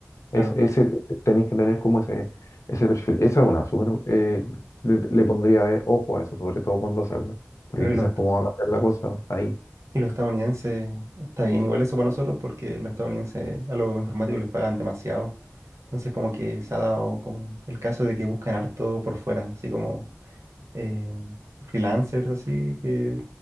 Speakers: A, on the left; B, on the right.
A: Es,
B: claro,
A: ese, tenéis que tener como ese, ese perfil. Esa es una, súper, eh, le, le pondría eh, ojo a eso, sobre todo cuando salga, porque
B: pero
A: quizás
B: y los,
A: como va a cambiar la cosa ahí.
B: y los estadounidenses, está bien igual eso para nosotros porque los estadounidenses a los informáticos les pagan demasiado. Entonces como que se ha dado como el caso de que buscan harto por fuera, así como eh, freelancers, así que